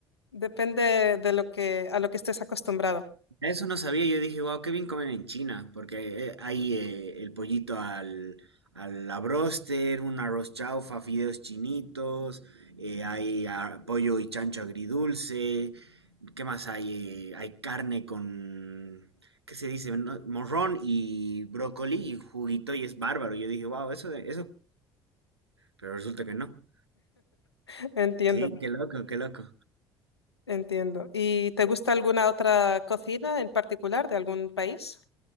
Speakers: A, on the left; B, on the right.
A: Depende de lo que, a lo que estés acostumbrado.
B: Eso no sabía. Yo dije, wow, qué bien comen en China. Porque eh, hay eh, el pollito al, al la broster, un arroz chaufa, fideos chinitos. eh, hay ah, pollo y chancho agridulce. ¿Qué más hay? Eh, hay carne con. ¿Qué se dice? No, Morrón y brócoli y juguito y es bárbaro. Yo dije, wow, eso, eso. Pero resulta que no.
A: <laughs> Entiendo,
B: Sí, qué loco, qué loco.
A: entiendo. ¿Y te gusta alguna otra cocina en particular de algún país,